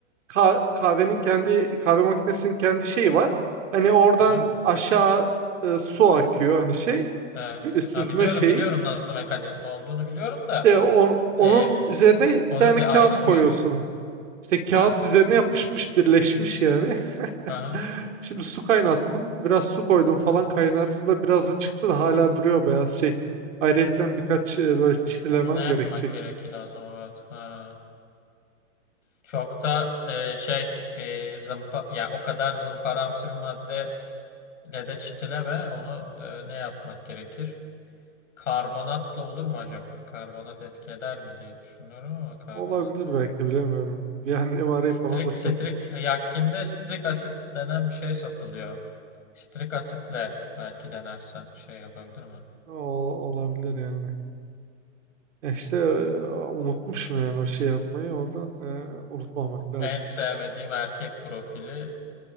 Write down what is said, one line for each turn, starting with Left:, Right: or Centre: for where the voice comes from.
Right: ka- kahvenin kendi kahve makinesinin kendi şeyi var. Hani oradan
Left: Aha.
Right: aşağı e, su akıyor hani şey
Left: Evet.
Right: e, süzme
Left: Ha, biliyorum
Right: şeyi.
Left: biliyorum nasıl mekanizma olduğunu biliyorum da
Right: İşte on- onun
Left: e,
Right: üzerine
Left: onun
Right: bir tane
Left: bir
Right: kağıt
Left: ayrılmıyor
Right: koyuyorsun.
Left: mu?
Right: İşte kağıt
Left: Ha.
Right: üzerine yapışmış, birleşmiş yani.
Left: Aha.
Right: <laughs> Şimdi su kaynattım. Biraz su koydum falan
Left: Aha.
Right: kaynar su da birazı çıktı da hala duruyor beyaz şey. Ayrıyetten birkaç e, böyle çitilemem
Left: Onu ne yapmak
Right: gerekecek.
Left: gerekir lazım evet. Ha. Çok da e, şey e, zımpa ya o kadar zımparamsı bir maddeyle de çitileme onu e, ne yapmak gerekir? Karbonatla olur mu acaba? Karbonat etki eder mi diye düşünüyorum ama karbonat.
Right: Olabilir belki bilemiyorum. Bir annemi arayıp
Left: Strik
Right: ona da sordum.
Left: strik yakkinde strik asit denen bir şey satılıyor. Strik asitle belki denersen şey yapabilir mi?
Right: Ol- olabilir yani. Ya işte e, unutmuşum yani
Left: Hı.
Right: o şey yapmayı oradan e, unutmamak lazımmış.
Left: En sevmediğim erkek profili